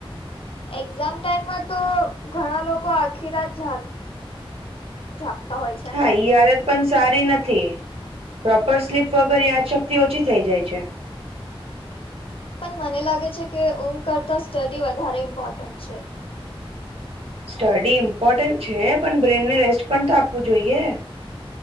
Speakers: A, on the left (about 70°); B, on the right (about 85°).
A: એક્ઝામ ટાઈમમાં તો ઘણા લોકો આખી રા જ જાગે હોય છે
B: હા
A: ને
B: આ પણ સારી નથી પ્રોપર સ્લીપ વગર યાદ શક્તિ ઓછી થઈ જાય છે
A: મને લાગે છે કે ઊંઘ કરતા સ્ટડી વધારે ઇમ્પોર્ટન્ટ છે
B: સ્ટડી ઇમ્પોર્ટન્ટ છે પણ બ્રેનને રેસ્ટ પણ તો આપવું જોઈએ